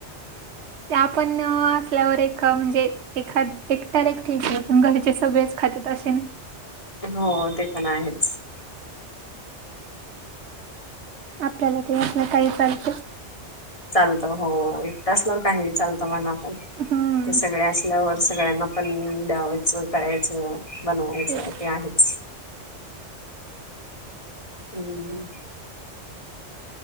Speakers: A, on the right (about 70°); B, on the left (about 30°).
A: त्या पण असल्यावर एक म्हणजे एखाद एकट्याला ठीकय <unintelligible> पण घरचे सगळेच खातेत असे नाही <unintelligible>
B: हो ते पण आहेच <unintelligible>
A: आपल्याला काहीलं काही चाल <unintelligible>
B: चालत हो एकट असल्यावर काही नाय चालतं मना पण
A: हम्म
B: ते सगळे अस तल्या वर सगळ्यांना पण द्यावायचं करायच बनवायचं
A: तेच
B: ते आहेच हम् <unintelligible>